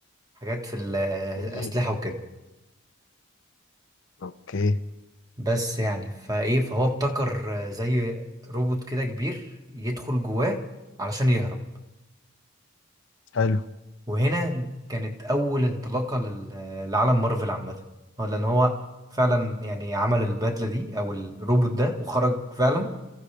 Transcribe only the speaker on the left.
جميل
اوكي
حلو